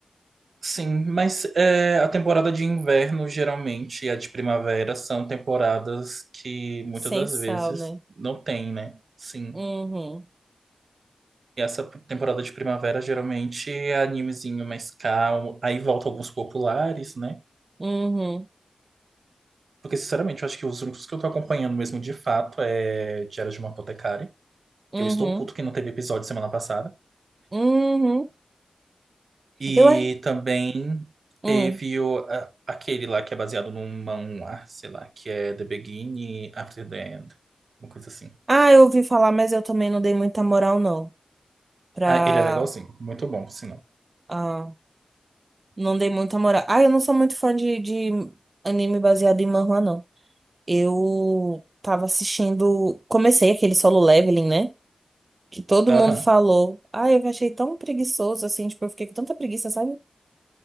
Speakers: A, on the right (about 80°); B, on the right (about 50°).
A: Sim, mas é, a temporada de inverno, geralmente, e a de primavera são temporadas que muitas
B: Sem
A: das
B: sal,
A: vezes
B: né?
A: não tem, né? Sim.
B: Uhum.
A: E essa temporada de primavera geralmente é animezinho mais calmo. Aí volta alguns populares, né?
B: Uhum.
A: Porque, sinceramente, eu acho que os únicos que eu tô acompanhando mesmo de fato é Diário de uma Apotecária,
B: Uhum.
A: que eu estou puto que não teve episódio semana passada.
B: Uhum.
A: E
B: Eu. a-
A: também
B: Hum.
A: teve o, a- aquele lá que é baseado num manhwa, sei lá, que é The Beginning After the End, uma coisa assim.
B: Ah, eu ouvi falar, mas eu também não dei muita moral, não. Pra.
A: Ah, ele é legalzinho, muito bom, por sinal.
B: ah, Não dei muita moral. Ah, eu não sou muito fã de, de anime baseado em manhwa, não. Eu tava assistindo. Comecei aquele Solo Leveling, né? Que todo
A: Aham.
B: mundo falou. Ah, eu achei tão preguiçoso assim. Tipo, eu fiquei com tanta preguiça, sabe?